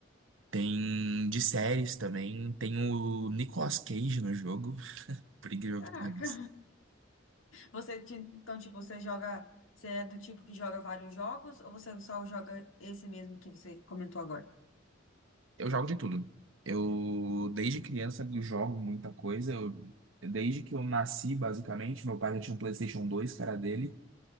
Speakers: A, on the right; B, on the left.
A: Tem de séries também. Tem o Nicolas Cage no jogo, <laughs> por incrível
B: Caraca!
A: que pareça.
B: Você, ti- então, tipo, você joga, você é do tipo que joga vários jogos ou você só joga esse mesmo que você comentou agora?
A: Eu jogo de tudo. Eu, desde criança, eu jogo muita coisa. Eu- desde que eu nasci, basicamente, meu pai já tinha um PlayStation 2, cara dele.